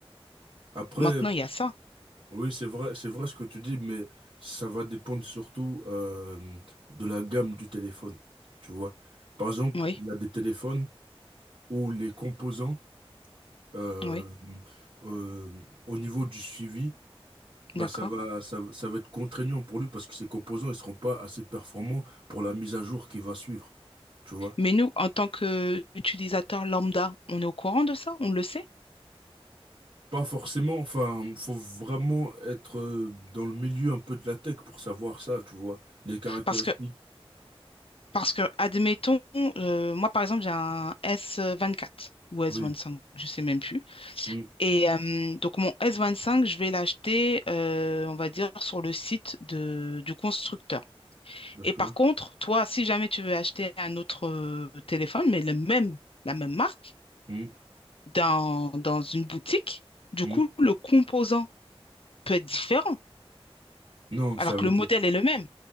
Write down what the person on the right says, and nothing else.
Après,
Oui, c'est vrai, c'est vrai ce que tu dis, mais ça va dépendre surtout euh, de la gamme du téléphone, tu vois. Par exemple,
il y a des téléphones où les composants, euh,
euh, au niveau du suivi, bah
ça va, ça, va- ça va être contraignant pour lui parce que ces composants, ils seront pas assez performants pour la mise à jour qui va suivre, tu vois.
Pas forcément, enfin, faut vraiment être euh, dans le milieu un peu de la tech pour savoir ça, tu vois. Les caractéristiques.
Oui.
Mm.
D'accord.
mmh.
Mm.
Non,
ça va
être,